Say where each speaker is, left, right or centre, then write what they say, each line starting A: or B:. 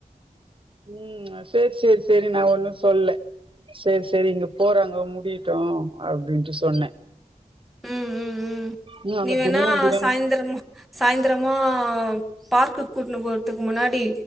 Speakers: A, on the right (about 35°); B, in the centre.
A: உம் சரி சரி சரி நா ஒண்ணும் சொல்ல சரி சரி இங்க போறாங்க முடியட்டும் அப்படின்ட்டு சொன்னே
B: உம் உம் உம்
A: ம் அங்க
B: நீவனா
A: தினமு பிரியாணி
B: சாயந்திரம்மா சாயந்திரமா பார்க்கு கூட்டுனு போறதுக்கு முன்னாடி